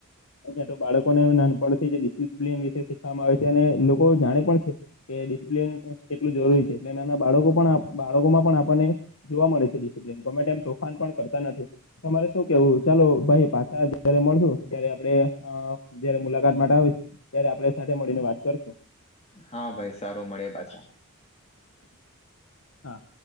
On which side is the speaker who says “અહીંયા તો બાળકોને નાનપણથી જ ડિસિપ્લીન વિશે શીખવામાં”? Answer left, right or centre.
Left